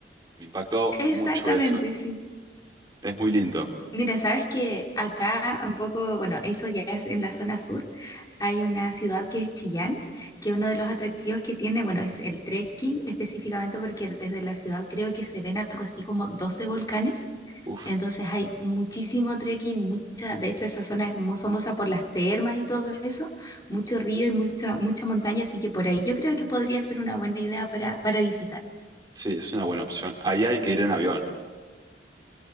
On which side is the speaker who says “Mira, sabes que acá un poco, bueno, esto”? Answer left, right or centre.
Left